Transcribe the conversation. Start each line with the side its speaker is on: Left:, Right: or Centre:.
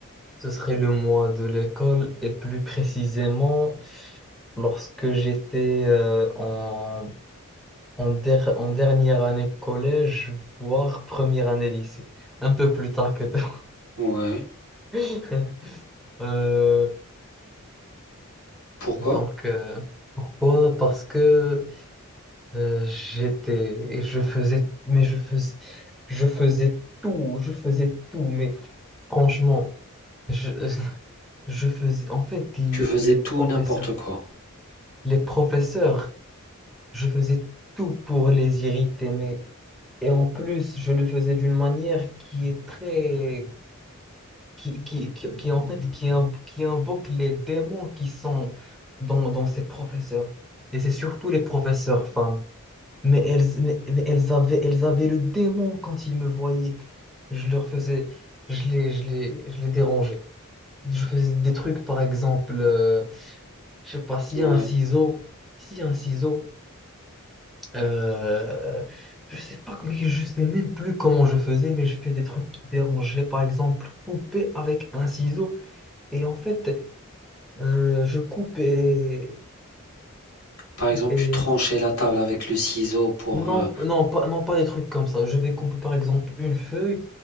Centre: ce serait le mois de l'école et plus précisément lorsque j'étais euh, en, en, der- en dernière année collège, voire première année lycée, un peu plus tard que toi.
Left: Ouais.
Centre: <laughs> Euh,
Left: Pourquoi?
Centre: Donc, euh, pourquoi? Parce que euh, j'étais, et je faisais, mais je faisais, je faisais tout, je faisais tout, mais franchement, je, <laughs> je faisais, en fait, l-
Left: Tu faisais
Centre: les
Left: tout
Centre: professeurs,
Left: n'importe quoi.
Centre: les professeurs, je faisais tout pour les irriter, mais, et en plus, je le faisais d'une manière qui est très, qui, qui, qui, qui, en fait, qui, inv- qui invoque les démons qui sont dans, dans ces professeurs. Et c'est surtout les professeurs femmes. Mais elles, mais, mais elles avaient, elles avaient le démon quand ils me voyaient. Je leur faisais, je les, je les, je les dérangeais. Je faisais des trucs, par exemple, euh, je sais pas, s'il
Left: Ouais.
Centre: y a un ciseau, s'il y a un ciseau, euh, je sais pas, mais je sais même plus comment je faisais, mais je fais des trucs qui dérangeaient. Par exemple, couper avec un ciseau. Et en fait, euh, je coupe et,
Left: Par exemple,
Centre: et
Left: tu tranchais la table avec le ciseau pour
Centre: Non,
Left: euh,
Centre: non, pas, non, pas des trucs comme ça. Je vais couper par exemple une feuille,